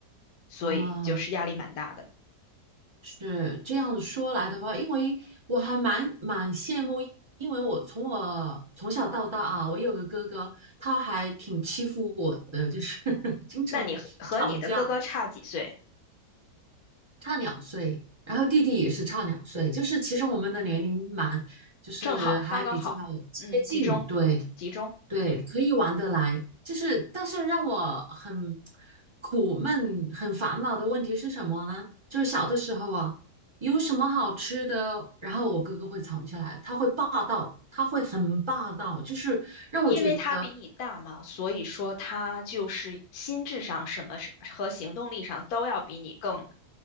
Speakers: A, on the left; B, on the right.
A: 所以就是压力蛮大的。
B: 啊，是这样子说来的话，因为我还蛮蛮羡慕，因为我从我从小到大啊，我有个哥哥，他还挺欺负我的，就是 <laughs> 经常吵架。
A: 那你和和你的哥哥差几岁？
B: 差两岁，然后弟弟也是差两岁，就是其实我们的年龄蛮，就是还比较接近，
A: 正好，刚刚好，嗯，集中，
B: 对
A: 集中。
B: 对，可以玩得来。就是，但是让我很苦闷、很烦恼的问题是什么呢？就是小的时候啊，有什么好吃的，然后我哥哥会藏起来，他会霸道，他会很霸道，就是让我觉得。
A: 因为他比你大嘛，所以说他就是心智上什么是和行动力上都要比你更